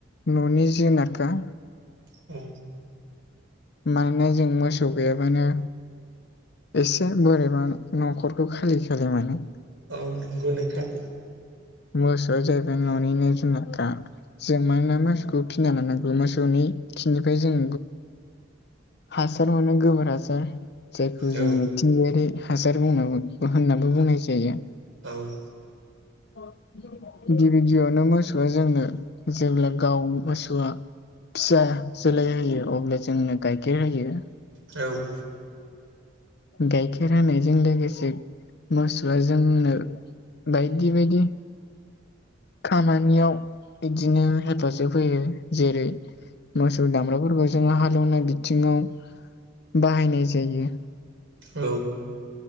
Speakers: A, on the left (about 55°); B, on the right (about 75°).
A: न'नि जुनारखा
B: औ
A: मानोना जों मोसौ गैयाबानो एसे बोरैबा न'खरखौ खालि खालि मोनो
B: औ नंगौ नोंथां
A: मोसौआ जाहैबाय न'निनो जुनारखा जों मानोना मोसौखौ फिना लानांगौ मोसौनि खिननिफ्राय जों हासार मोनो गोबोर हासार जायखौ
B: औ
A: जों मिथिंगायारि हासार बुङो जों होननाबो बुंनाय जायो
B: औ
A: <inaudible> गिबि गिबियावनो मोसौआ जोंनो जेब्ला गाव मोसौआ फिसा जोलै होयो अब्ला जोंनो गाइखेर होयो
B: औ
A: गाइखेर होनायजों लोगोसे मोसौआ जोंनो बायदि बायदि खामानियाव बिदिनो हेफाजाब होयो जेरै मोसौ दामब्राफोरखौ जोङो हालेवनाय बिथिङाव बाहायनाय जायो
B: औ